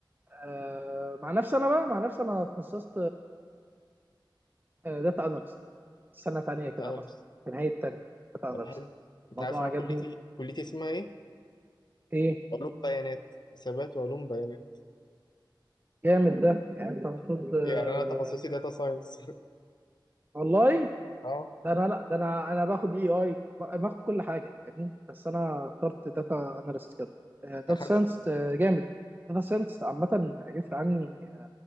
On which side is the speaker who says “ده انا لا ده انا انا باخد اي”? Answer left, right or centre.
Right